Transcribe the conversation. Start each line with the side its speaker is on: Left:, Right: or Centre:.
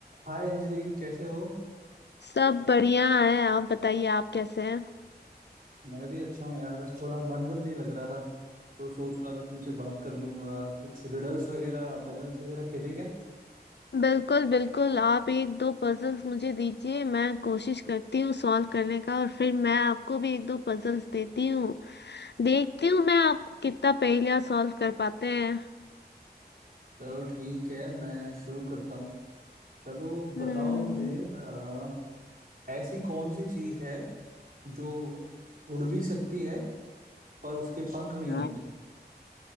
Right: हाय अंजलि कैसे हो
Left: सब बढ़िया है आप बताइए आप कैसे हैं
Right: मैं भी अच्छा हूँ यार बस थोड़ा मन वन नहीं लग रहा था तो सोच रहा था तुमसे बात कर लूँ आ, कुछ रिडल्स वगैरह पजल्स वगैरह खेले क्या
Left: बिल्कुल बिल्कुल आप एक दो पजल्स मुझे दीजिए मैं कोशिश करती हूँ सॉल्व करने का और फिर मैं आपको भी एक दो पजल्स देती हूँ देखती हूँ मैं आपको कितना पहेलियाँ सॉल्व कर पाते हैं
Right: चलो ठीक है मैं शुरू करता हूँ चलो बताओ
Left: हम्म
Right: मुझे आ, ऐसी कौन सी चीज़ है जो उड़ भी सकती है पर उसके पंख नहीं
Left: हाँ,
Right: होते